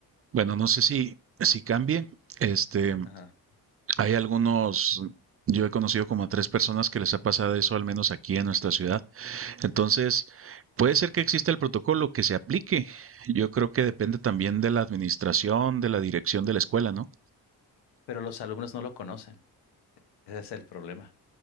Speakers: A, on the right (about 35°); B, on the left (about 85°).
A: Bueno, no sé si, si cambie, este,
B: Ajá.
A: hay algunos, yo he conocido como a tres personas que les ha pasado eso, al menos aquí en nuestra ciudad. Entonces, puede ser que exista el protocolo que se aplique. Yo creo que depende también de la administración, de la dirección de la escuela, ¿no?
B: Pero los alumnos no lo conocen. Ese es el problema.